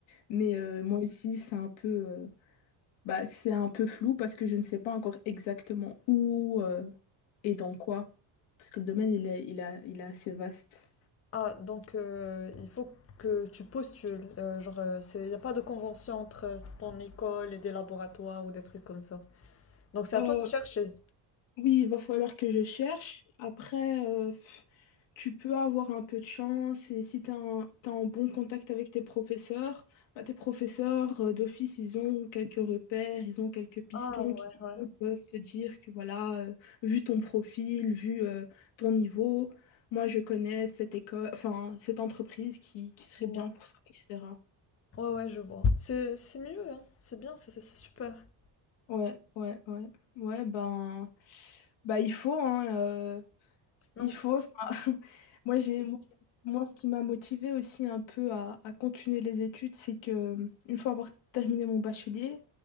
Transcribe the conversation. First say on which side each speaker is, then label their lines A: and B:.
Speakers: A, on the left (about 80°); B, on the left (about 30°).
A: Mais euh, moi aussi, c'est un peu... euh, Bah, c'est un peu flou parce que je ne sais pas encore exactement où euh, et dans quoi. Parce que le domaine, il est, il a, il est assez vaste.
B: Ah, donc euh, il faut que tu postules. Euh, genre, il n'y a pas de convention entre ton école et des laboratoires ou des trucs comme ça. Donc c'est
A: Euh,
B: à toi de chercher.
A: Oui, il va falloir que je cherche. Après, euh, pff, tu peux avoir un peu de chance et si tu as un, t'as un bon contact avec tes professeurs, bah, tes professeurs euh, d'office, ils ont quelques repères, ils ont quelques pistons
B: Ah ouais,
A: qui
B: ouais.
A: eux, peuvent te dire que voilà, euh, vu ton profil, vu euh, ton niveau, moi je connais cette école, enfin cette entreprise qui, qui serait
B: Ouais,
A: bien pour toi, etc.
B: ouais, ouais, je vois. C'est c'est mieux, hein. C'est bien, c'est c'est- c'est super.
A: Ouais, ouais, ouais. Ouais, ben, bah, il faut, hein, euh,
B: Mais
A: Il faut, enfin, <laughs> moi j'ai moi, j'ai- moi, ce qui m'a motivée aussi un peu à, à continuer les études, c'est que une fois avoir terminé mon bachelier,